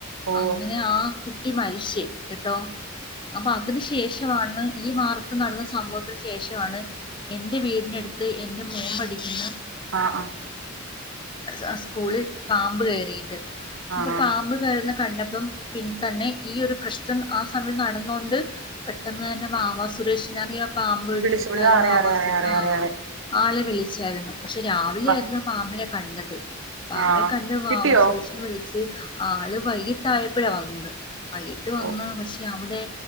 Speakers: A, on the right; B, on the left.
A: ഓ
B: അങ്ങനെ ആ കുട്ടി മരിച്ച് കേട്ടോ അപ്പൊ അതിനു ശേഷം ഷമാണ് ഈ വാർത്ത നടന്ന സംഭവത്തിന് ശേഷമാണ് എന്റെ വീടിനടു ത്ത് എന്റെ മോൻ പഠിക്കുന്ന
A: ആ ആ
B: സ് സ്കൂളിൽ പാമ്പ് കയറിയിണ്ട് അപ്പൊ
A: ആണോ
B: പാമ്പ് തായിരുന്ന കണ്ടപ്പം പിന്ന തന്നെ ഈ ഒരു പ്രശ്നം ആ സമയം നടന്നൊണ്ട് പെട്ടെന്ന് തന്നെ വാവാ സുരേഷിനറിയാ പാമ്പ് എടുത്തക്കാരൻ
A: വിളിച്ചു വിളി അറിയാം
B: വാവാ
A: അറിയാം അറിയാം
B: സുരേഷ്
A: അറിയാം
B: അഹ്
A: അറിയാം അറിയാം
B: ആളെ വിളിച്ചായിരുന്നു പക്ഷെ രാവിലെ
A: ബാ
B: ആയിരുന്നു പാമ്പിനെ കണ്ടത് പാമ്പിനെ
A: ആഹ്
B: കണ്ട് വാവാ
A: കിട്ടിയോ
B: സുരേഷന് വിളിച്ച് ആള് വൈകിട്ട ആയപ്പോഴണ് വന്നത് വൈകിട്ട് വന്ന്
A: ഓ
B: പക്ഷെ അവിടെ